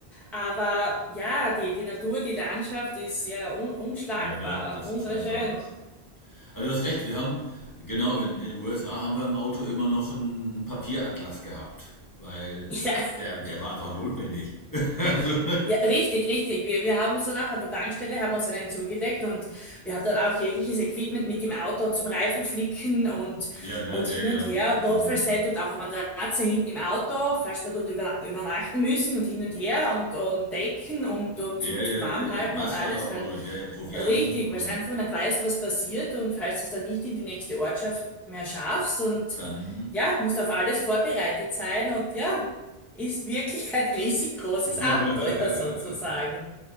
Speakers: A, in the centre; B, on the left (about 20°).
A: Aber ja, die, die Natur, die Landschaft ist ja un unschlagbar,
B: Ja, ne, das
A: wunderschön.
B: ist einfach. Also du hast recht, wir haben, genau, in in USA haben wir im Auto immer noch einen einen Papieratlas gehabt, weil
A: <laughs> Ja,
B: der, der war einfach notwendig. <laughs> Also,
A: ja, richtig, richtig. Wir, wir haben uns dann auch an der Tankstelle, haben uns einen zugelegt und wir haben dann auch jegliches Equipment mit im Auto und zum Reifenflicken und,
B: ja, ne,
A: und
B: ja,
A: hin und
B: ja.
A: her. Notfallset
B: Hm.
A: und auch eine Matratze hinten im Auto, falls wir dort über, übernachten müssen und hin und her und, und Decken und, und
B: Ja,
A: zum,
B: ja,
A: zum Warmhalten
B: ja, ja. Wasser
A: und alles, weil
B: und ja, ja, Proviant
A: Richtig,
B: und
A: weil du einfach nicht weißt, was passiert und falls du es dann nicht in die nächste Ortschaft mehr schaffst und
B: dann.
A: ja, musst auf alles vorbereitet sein und ja, ist wirklich ein riesig großes
B: <laughs>
A: Abenteuer sozusagen,